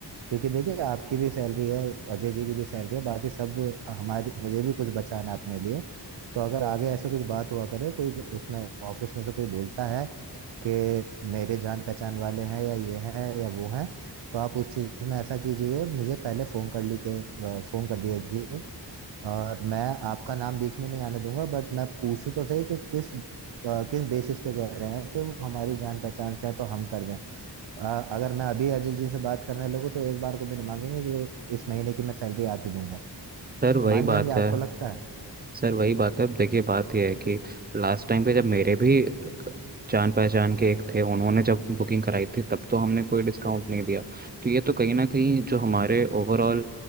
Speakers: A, on the right; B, on the right.
A: क्योंकि देखिए आपकी भी सैलरी है अजय जी की भी सैलरी है बाकी सब हमारी मुझे भी कुछ बचाना है अपने लिए तो अगर आगे ऐसे कुछ बात हुआ करे कोई उसमें ऑफिस में से कोई बोलता है कि मेरे जान पहचान वाले हैं या ये हैं या वो हैं तो आप उस चीज में ऐसा कीजिए मुझे पहले फोन कर ली के फोन कर दीजिए और मैं आपका नाम बीच में नहीं आने दूंगा बट मैं पूछूं तो सही कि किस अ, किस बेसिस पे कह रहे हैं कि वो हमारी जान पहचान से है तो हम कर दें अ, अगर मैं अभी अजय जी से बात करने लगूँ तो एक बार को भी नहीं मांगेंगे कि इस महीने की मैं सैलरी आधी दूंगा
B: सर वही
A: मान जाएंगे
B: बात
A: आपको
B: है
A: लगता है
B: सर वही बात है अब देखिए बात यह है कि लास्ट टाइम पे जब मेरे भी जान पहचान के एक थे उन्होंने जब बुकिंग कराई थी तब तो हमने कोई डिस्काउंट नहीं दिया तो ये तो कहीं ना कहीं जो हमारे ओवरऑल